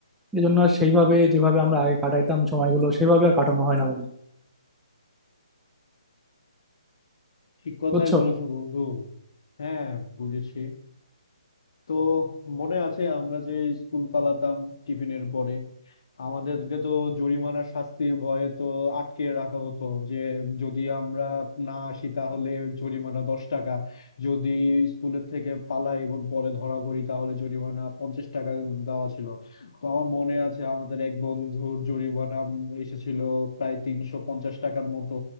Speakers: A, in the centre; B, on the left.
A: এই জন্য আর সেইভাবে যেভাবে আমরা আগে কাটাইতাম সময়গুলো সেইভাবে আর কাটানো হয় না বন্ধু
B: ঠিক কথাই
A: বুঝছো
B: বলেছো বন্ধু হ্যাঁ বুঝেছি তো মনে আছে আমরা যে স্কুল পালাতাম টিফিনের পরে আমাদেরকে তো জরিমানা শাস্তির ভয়ে তো আটকে রাখা হতো যে যদি আমরা না আসি তাহলে জরিমানা দশ টাকা যদি স্কুলের থেকে পালাই এবং পরে ধরা পড়ি তাহলে জরিমানা পঞ্চাশ টাকা দেওয়া ছিল তো আমার মনে আছে আমাদের এক বন্ধুর জরিমানা এসেছিল প্রায় তিনশো পঞ্চাশ টাকার মতো